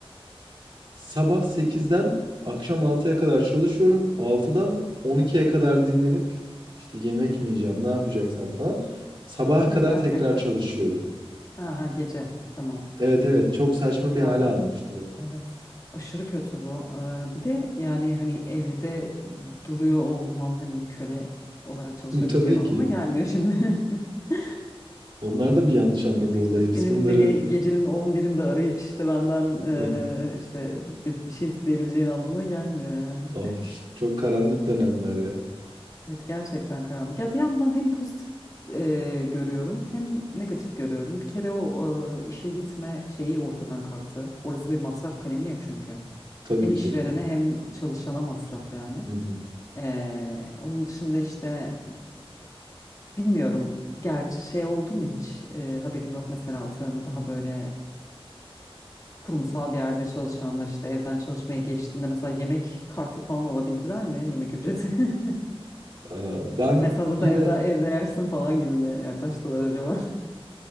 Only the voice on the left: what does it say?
Öğlen
tekrar.
Aha gece tamam.
Ya
ac-
evet aşırı kötü bu. Ee, bir de yani hani evde duruyor olmam hani köle olarak çalışabileceğim
anlamına
gelmiyor şimdi. <laughs>
Ya
işte senin
beni gecenin on birinde arayıp işte benden eee,
işte bir, bir şey isteyebileceğin anlamına gelmiyor yani.
Evet gerçekten karanlık. Ya bir yandan hem pozitif e, görüyorum hem negatif görüyorum. Bir kere o e, işe gitme şeyi ortadan kalktı. Orası bir masraf kalemi ya çünkü.
Hem
işverene hem çalışana masraf yani.
E, onun dışında işte bilmiyorum gerçi şey oldu mu hiç e, haberim yok mesela atıyorum daha böyle e, kurumsal bir yerde çalışanlar işte evden çalışmaya geçtiğinde mesela yemek kartı falan alabildiler mi? Yemek ücreti. <laughs>
Ay salata
evde evde yersin falan gibi mi yaklaştılar acaba?